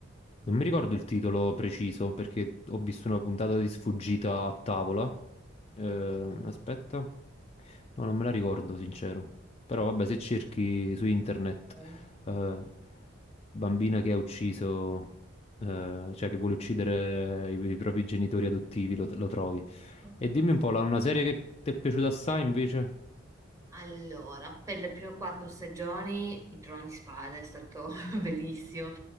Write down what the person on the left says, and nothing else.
non mi ricordo il titolo preciso perché ho visto una puntata di sfuggita a tavola.
Ehm, aspetta. No, non me la ricordo, sincero. Però vabbè, se cerchi su internet
eh, bambina che ha ucciso, eh, cioè che vuole uccidere i, i propri genitori adottivi, lo, lo trovi.
E dimmi un po', la- una serie che ti è piaciuta assai invece?